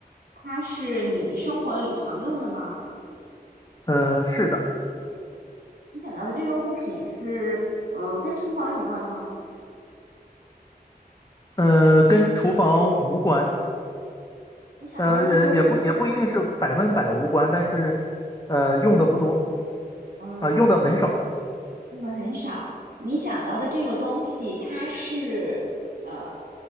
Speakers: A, on the right (about 65°); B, on the left (about 25°).
A: 它是你生活里常用的吗？
B: 呃，是的，
A: 你想到的这个物品是，呃，跟厨房有关吗？
B: 呃，跟厨房无关，
A: 你想到的这个物，
B: 呃呃，也不也不一定是百分百无关，但是呃，用的不多，
A: 哦，
B: 啊、用的很少。
A: 用的很少。你想到的这个东西，它是，呃，